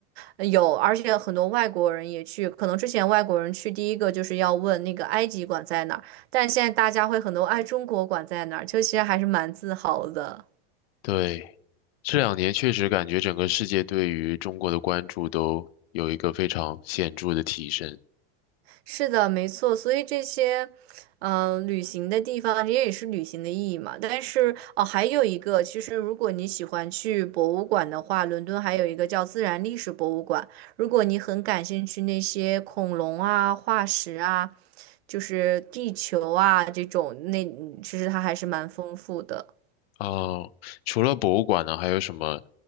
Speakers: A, on the right; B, on the left.
A: 呃有，而且很多外国人也去。可能之前外国人去第一个就是要问那个埃及馆在哪儿，但现在大家会很多哎中国馆在哪儿，就其实还是蛮自豪的。
B: 对，这两年确实感觉整个世界对于中国的关注都有一个非常显著的提升。
A: 是的，没错，所以这些，嗯、旅行的地方，这也是旅行的意义嘛。但是哦，还有一个，其实如果你喜欢去博物馆的话，伦敦还有一个叫自然历史博物馆。如果你很感兴趣那些恐龙啊、化石啊，就是地球啊这种，那其实它还是蛮丰富的。
B: 哦，除了博物馆呢，还有什么